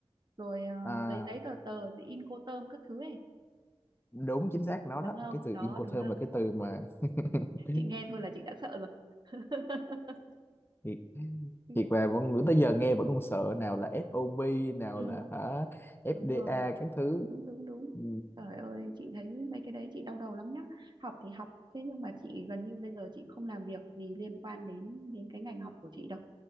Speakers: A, on the right; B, on the left.
A: rồi ờ,
B: à,
A: giấy giấy tờ tờ, rồi in cô tơm các thứ ấy,
B: đúng chính xác nó
A: đúng
B: đó
A: không?
B: cái từ
A: Đó,
B: Incoterm
A: đúng không?
B: là cái từ mà <laughs>
A: Chị nghe thôi là chị đã sợ rồi. <laughs>
B: thiệt,
A: Ừ,
B: thiệt mà vẫn tới giờ nghe vẫn còn sợ nào là FOB nào
A: Ừ,
B: là hả FDA
A: đúng rồi,
B: các thứ
A: đúng đúng đúng.
B: Ừ.
A: Trời ơi, chị thấy mấy cái đấy chị đau đầu lắm nhá. Học thì học, thế nhưng mà chị gần như bây giờ chị không làm việc gì liên quan đến đến cái ngành học của chị đâu.